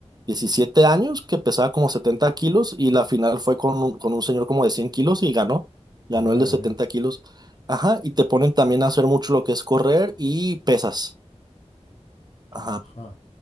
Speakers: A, on the right (about 35°); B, on the left (about 70°).
A: 17 años que pesaba como 70 kilos y la final fue con un, con un señor como de 100 kilos y ganó, ganó
B: madre
A: el de 70
B: mía.
A: kilos. Ajá, y te ponen también a hacer mucho lo que es correr y pesas. Ajá.
B: Ajá,